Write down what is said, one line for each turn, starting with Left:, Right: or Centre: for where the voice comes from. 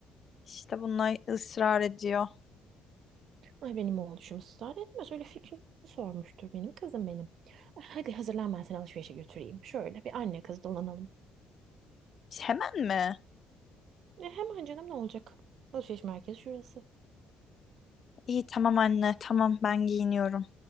Left: işte bunlar ısrar ediyor.
Right: Ay benim oğluşum ısrar etmez. Öyle fikrini sormuştur benim kızım benim. Ay, Hadi hazırlan ben seni alışverişe götüreyim. Şöyle bir anne kız dolanalım.
Left: Hemen mi?
Right: E, hemen canım ne olacak? Alışveriş merkezi şurası.
Left: İyi tamam anne tamam ben giyiniyorum.